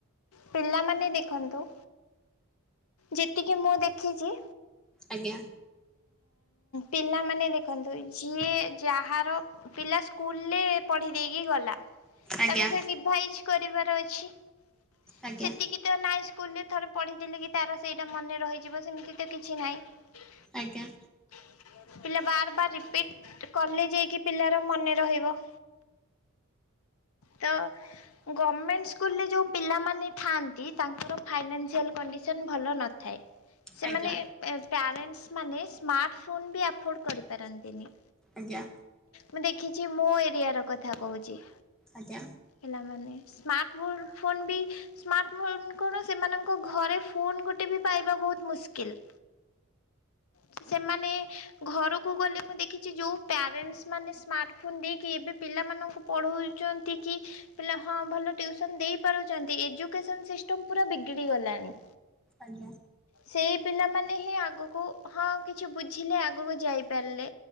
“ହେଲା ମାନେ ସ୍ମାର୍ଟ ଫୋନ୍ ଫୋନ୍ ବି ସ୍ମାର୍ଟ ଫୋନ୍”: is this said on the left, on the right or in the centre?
Left